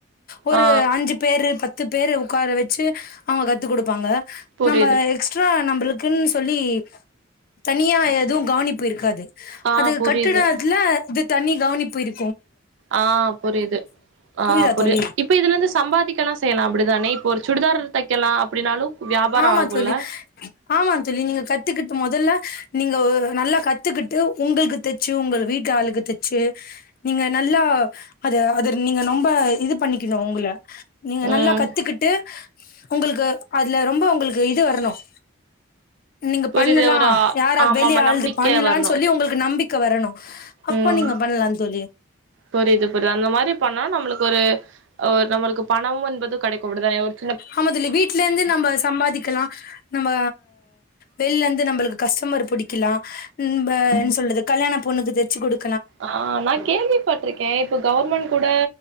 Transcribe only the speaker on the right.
ஆ
புரியுது.
ஆ
புரியுது.
ஆஹ் புரியுது ஆஹ்
புரி
இப்ப இதுல இருந்து சம்பாதிக்கலாம் செய்யலாம் அப்டிதானே இப்ப ஒரு சுடிதார் தைக்கலாம் அப்டின்னாலும் வியாபாரம்
ஆகும்ல?
ம்.
புரியுது.
ஒரு
ஆமாமா
நம்பிக்கை
வரணும்.
ம்.
புரியுது புரி அந்த மாரி பண்ணா நம்மளுக்கு ஒரு நம்மளுக்கு பணம் என்பது கடைக்கும் அப்டிதான
ஆஹ் நான் கேள்விப்பட்டுருக்கேன் இப்ப கவர்மெண்ட் கூட